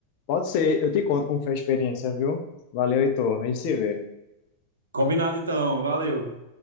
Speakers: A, on the left (about 45°); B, on the right (about 70°).
A: Pode ser, eu te conto como foi a experiência, viu? Valeu, Heitor. A gente se vê.
B: Combinado então, valeu.